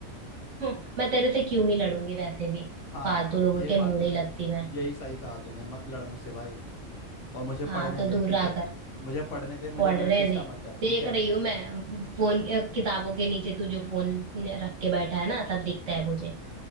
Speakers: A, on the right; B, on the left.
A: हम्म, मैं तेरे से क्यों ही लड़ूंगी वैसे भी
B: हाँ
A: फालतू लोगों
B: ये
A: के
B: बात
A: मुंह
B: तूने
A: नहीं लगती मैं
B: यही सही कहा तूने मत लड़ मुझसे भाई और मुझे पढ़ने
A: हाँ तो
B: दे
A: दूर
B: ठीक
A: रहा
B: है
A: कर।
B: मुझे पढ़ने दे मुझे
A: पढ़
B: मेरा
A: रहे
B: डिस्टर्ब
A: थे
B: मत कर
A: देख
B: ठीक है
A: रही हूँ मैं फोन किताबों के नीचे तू जो फोन रख के बैठा है ना सब दिखता है मुझे